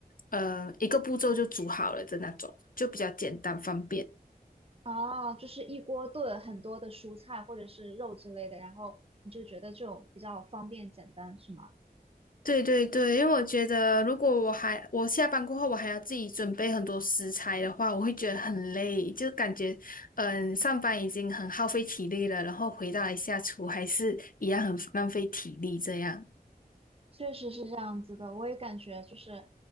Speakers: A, on the left; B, on the right.
A: 呃一个步骤就煮好了的那种，就比较简单方便。
B: 啊，就是一锅炖很多的蔬菜或者是肉之类的，然后你就觉得这种比较方便简单，是吗？
A: 对对对，因为我觉得如果我还我下班过后我还要自己准备很多食材的话，我会觉得很累，就感觉嗯上班已经很耗费体力了，然后回到来下厨还是一样很浪费体力这样。
B: 确实是这样子的，我也感觉就是